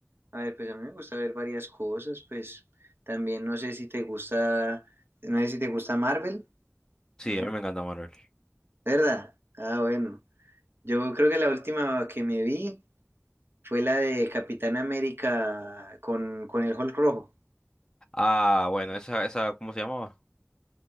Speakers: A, on the right; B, on the left.
A: a ver, pues a mí me gusta ver varias cosas, pues también no sé si te gusta, no sé si te gusta Marvel,
B: Sí,
A: no
B: a
A: sé.
B: mí me encanta Marvel.
A: ¿Verdad? Ah, bueno. Yo creo que la última que me vi... Fue la de Capitán América con, con el Hulk rojo.
B: Ah, bueno, esa, esa, ¿cómo se llamaba?